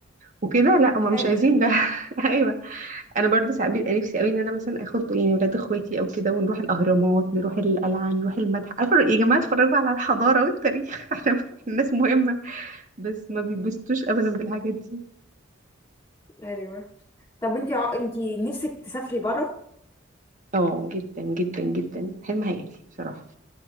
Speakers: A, on the right (about 40°); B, on the left (about 20°).
A: وكده لا هما
B: حلو
A: مش عايزين ده <laughs> ايوه انا برضه ساعات بيبقى نفسي قوي ان انا مثلا اخد يعني ولاد اخواتي او كده ونروح الاهرامات نروح القلعه نروح المتحف عارفه يا جماعه اتفرجوا على الحضاره والتاريخ <laughs> احنا الناس مهمه بس ما بيتبسطوش ابدا بالحاجات دي
B: ايوه طب انت ع... انت نفسك تسافري بره
A: اه جدا جدا جدا حلم حياتي بصراحه